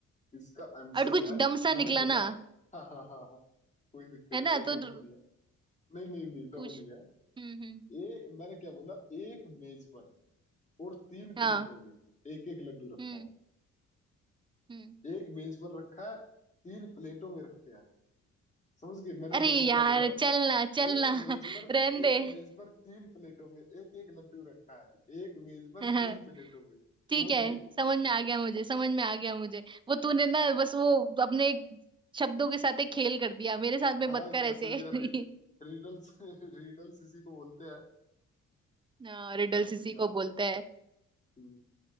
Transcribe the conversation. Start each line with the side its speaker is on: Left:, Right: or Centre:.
Left: इसका आंसर
Right: और कुछ
Left: है
Right: डम सा निकला
Left: मैंने बोला
Right: ना
Left: हाँ हाँ हाँ हाँ कोई दिक्कत
Right: है
Left: नहीं
Right: ना
Left: है
Right: तो
Left: दम
Right: तो-
Left: नहीं है नहीं नहीं नहीं दम
Right: पूछ
Left: नहीं है
Right: हम्म हम्म
Left: एक मैंने क्या बोला एक मेज पर और तीन
Right: हाँ
Left: प्लेटों में एक एक लड्डू रखा
Right: हम्म
Left: है
Right: हम्म
Left: एक मेज पर रखा है तीन प्लेटों में रखे हैं समझ गए मैंने
Right: अरे
Left: देखो
Right: यार
Left: क्या बोला
Right: चलना चलना
Left: एक
Right: <laughs>
Left: मेज पर
Right: रहन दे
Left: एक मेज पर तीन प्लेटों में एक एक लड्डू रखा है एक मेज पर
Right: <laughs>
Left: तीन प्लेटों में समझ
Right: ठीक है
Left: गए
Right: समझ में आ गया मुझे समझ में आ गया मुझे वो तूने ना बस वो अपने शब्दों के साथ एक खेल कर दिया मेरे साथ में
Left: हाँ
Right: मत कर
Left: कैसे
Right: ऐसे
Left: भी
Right: <laughs>
Left: यार रिडल्स <laughs> रिडल्स इसी को बोलते हैं
Right: हाँ रिडल्स
Left: अभी
Right: इसी को
Left: आप
Right: बोलते
Left: करो
Right: हैं
Left: हम्म,